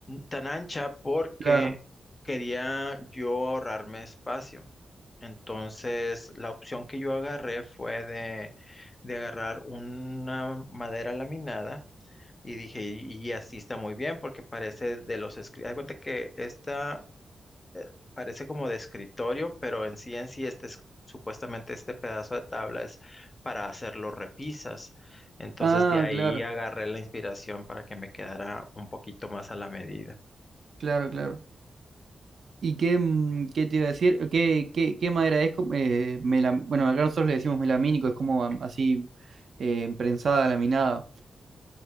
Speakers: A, on the left; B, on the right.
A: tan ancha porque
B: claro.
A: quería yo ahorrarme espacio. Entonces, la opción que yo agarré fue de, de agarrar una madera laminada Y dije, y, y así está muy bien porque parece de los escritorios. Hay cuenta que esta parece como de escritorio, pero en sí en sí este es, supuestamente este pedazo de tabla es para hacer los repisas. Entonces
B: Ah,
A: de ahí
B: claro,
A: agarré la inspiración para que me quedara un poquito más a la medida.
B: claro, claro. ¿Y qué, mm, qué te iba a decir? ¿Qué, qué, qué madera es? Como, eh, melam- bueno, acá nosotros le decimos melamínico, es como am- así eh, prensada, laminada.